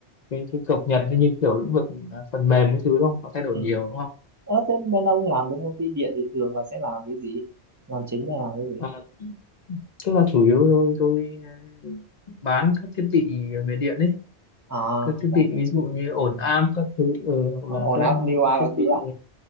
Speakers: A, on the left; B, on the right.
A: cái cái cập nhật như kiểu lĩnh vực à, phần mềm cái thứ đâu nó thay đổi
B: ừ.
A: nhiều đúng không
B: Ơ, thế bên ông làm bên công ty điện thì thường là sẽ làm cái gì làm chính là làm cái gì
A: ừ. tức là chủ yếu tôi tôi ờ, bán các thiết bị về điện ấy
B: à
A: các thiết
B: làm
A: bị
B: cái
A: ví dụ
B: gì
A: như ổn áp các thứ ừ, hoặc là
B: ổn
A: các
B: áp lưu a
A: thiết
B: các
A: bị
B: thứ à